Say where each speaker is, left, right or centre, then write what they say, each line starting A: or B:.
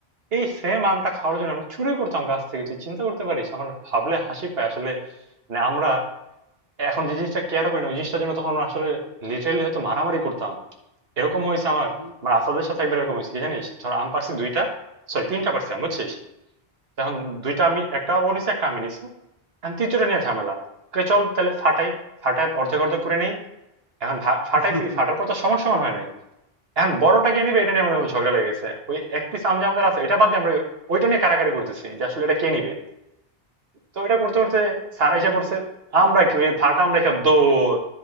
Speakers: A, on the right; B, on the left.
A: এই সেম আমটা খাওয়ার জন্য আমরা চুরি করতাম গাছ থেকে তুই চিন্তা করতে পারিস আমার ভাবলে হাসি পায় আসলে মানে আমরা এখন যে জিনিসটা কেয়ারও করি না ওই জিনিসটার জন্য তখন আমরা আসলে লিটারেলি হয়তো মারামারি করতাম এরকম হয়েছে আমার
B: হুম
A: আমার
B: হুম
A: আসাদের সাথে একবার এরকম হয়েছে কি জানিস ধর আম পারছি দুইটা সরি তিনটা পারছি আম বুঝছিস এখন দুইটা আমি একটা ও নিছে একটা আমি নিছি এখন তৃতীয়টা নিয়ে ঝামেলা কে চল তাহলে ফাটাই ফাটাই অর্ধেক অর্ধেক করে নেই এখন ফা- ফাটাইছি
B: হুম, হুম।
A: ফাটার পর তো সমান সমান হয় নাই এখন বড়টাকে নিবে এটা নিয়ে আমাদের মধ্যে ঝগড়া লেগেছে ওই এক পিস আম যে আমাদের আছে এটা বাদ দিয়ে আমরা ওইটা নিয়ে কারাকারি করতেছি যে আসলে এটা কে নিবে তো এটা করতে করতে স্যার এসে পড়ছে আমরা কি ওই ফাটা আম রেখে দৌড়